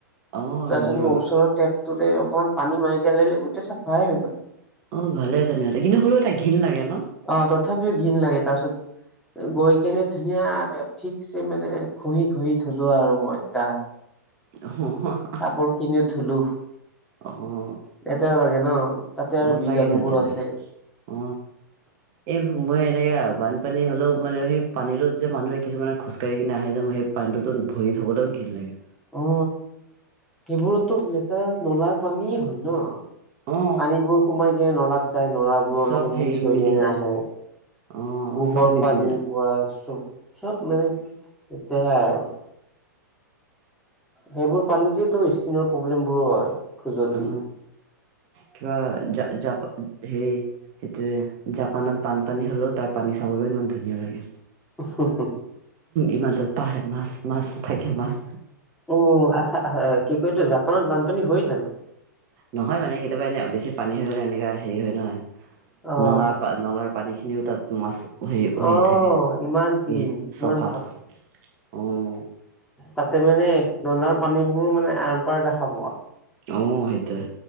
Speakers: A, on the right; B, in the centre.
A: অ
B: তাৰপাছত
A: ৰ'ব
B: মই
A: ৰ'ব
B: ওচৰৰ টেপটোতে, অকণমান পানী মাৰি দিয়াৰ লগে লগে গোটেই চাফাই হৈ গ'ল।
A: অ, ভালে তেনেহ'লে, কিন্তু হ'লেও এটা ঘিণ লাগে ন?
B: অ, তথাপিও ঘিন লাগে। তাৰপিছত গৈ কেনে ধুনীয়াকে, ঠিকছে মানে ঘঁহি ঘহি ধুলো আৰু মই গা।
A: <unintelligible>
B: কাপোৰ খিনিও ধুলো,
A: অ অ
B: লেতেৰা লাগে ন। তাতে আৰু
A: অ সঁচাকে
B: বীজাণুবোৰ
A: তেতিয়াহ'লে
B: আছে।
A: অ এই মই এনেকৈ বানপানী হ'লেও, মানে সেই পানীটোত যে মানুহে কিছুমানে খোজকাঢ়ি কেনে আহে যে মই সেই পানীটোত ভৰি থ'বলৈও ঘিণ লাগে।
B: অ, সেইবোৰতো বেলেগ এয়া নলাৰ পানী হয় ন,
A: অ
B: পানীবোৰ সোমাই কিনে নলাত যায়, নলা বোৰৰ
A: চব
B: লগত
A: হেৰি
B: মিক্স হৈ
A: মিলি
B: কেনে
A: যায়
B: আহে,
A: অ
B: গোহৰ
A: চব মিলি
B: পান।
A: যায়
B: পৰা চ'ব, চ'ব মানে লেতেৰা আৰু। সেইবোৰ পানীতেতো, স্কিনৰ প্ৰব্লেমবোৰো হয়, খজতি।
A: অ কিবা <inaudible> হেৰি সেইটোৱে, জাপানত বানপানী হ'লেও তাৰ পানী চাবলৈও ইমান ধুনীয়া লাগে।
B: <unintelligible>
A: ইমানটো পাহে, মাছ মাছ থাকে মাছ।
B: অ, আচ্ছা, আচ্ছা, কি কয় এইতো জাপানত বানপানী হয় জানো?
A: নহয় মানে, কেতিয়াবা এনে বেছি পানী হৈ গ'লে এনেকা হেৰি হয় নহয়
B: অ
A: নলাৰ-নলাৰ পানী খিনিও তাত, মাছ হৈ
B: অ',
A: হৈ থাকে
B: ইমান ক্লিন,
A: কি,
B: ইমান
A: চাফা। উম,
B: তাতে মানে নলাৰ পানীবোৰো মানে আৰ-পাৰ দেখা পোৱা।
A: অ, সেইটোৱে।